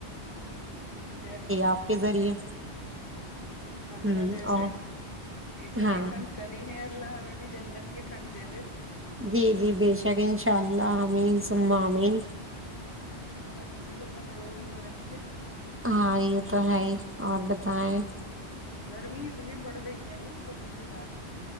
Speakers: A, on the left (about 75°); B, on the right (about 15°).
A: بالکل ج
B: آپ کے ذریعے
A: اللہ
B: ہوں
A: جیسے
B: اور
A: اتنی
B: ہاں
A: ٹھنڈ کری ہے اللہ ہمیں بھی جنت کی ٹھنڈ دے دے
B: جی جی بے شک انشاء اللہ امین مہ اامین
A: اللہ کسی کو محرووم نہ رکھے
B: ہاں یہ تو ہے ہی اور بتائیں
A: گرمی اتنی بڑھ رہی ہے بہت ہی زیادہ